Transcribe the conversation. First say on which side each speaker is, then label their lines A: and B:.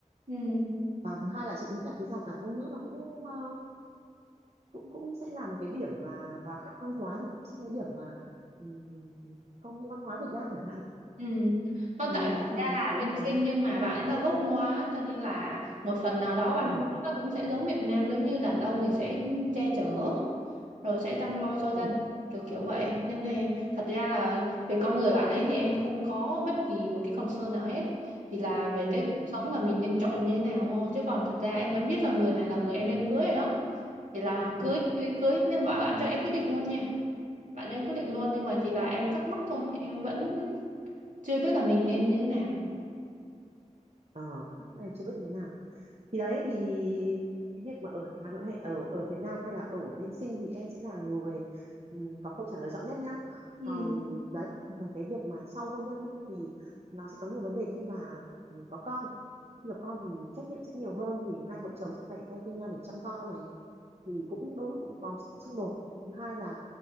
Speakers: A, on the right; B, on the right.
A: ừ
B: và thứ hai là chị nghĩ là cái rào cản ngôn ngữ nó cũng ờ, cũng cũng sẽ là một cái điểm mà và khác văn hóa thì cũng sẽ là cái điểm mà ừm, không như văn hóa Việt Nam chẳng hạn
A: Ừ. Không
B: thì
A: tại thật
B: thì
A: ra là
B: đấy
A: bên
B: là ừ
A: Sinh nhưng mà bạn ấy là gốc Hóa cho nên là một phần nào đó văn
B: ừ
A: hóa nó cũng sẽ giống Việt Nam giống như đàn ông thì sẽ che chở rồi sẽ chăm lo cho gia
B: ừ
A: đình kiểu kiểu vậy nên, nên thật ra là về con người bạn ấy thì em không có bất kỳ một cái concern nào hết thì là về cái
B: ừ,
A: cuộc sống là mình nên chọn như thế nào thôi chứ còn thật ra em vẫn biết là người này là người em nên cưới rồi đó thì là
B: ừ.
A: cưới cưới cưới nhưng mà bạn cho em quyết định luôn nha bạn cho em quyết định luôn nhưng mà chỉ là em thắc mắc thôi em vẫn chưa biết là mình nên như thế nào
B: ờ thắc mắc là chưa biết như thế nào thì đấy thì cái việc mà ở Hà Nội hay ở ở Việt Nam hay là ở bên Sinh thì em sẽ là người ừm, có câu trả lời rõ nhất nhá
A: Ừ.
B: còn đấy còn cái việc mà sau hôn nhân ý, thì nó sẽ có nhiều vấn đề khi mà ừm, có con Khi có con thì trách nhiệm sẽ nhiều hơn thì hai vợ chồng sẽ phải thay phiên nhau để chăm con này thì cũng đôi lúc cũng có sự xung đột cái thứ hai là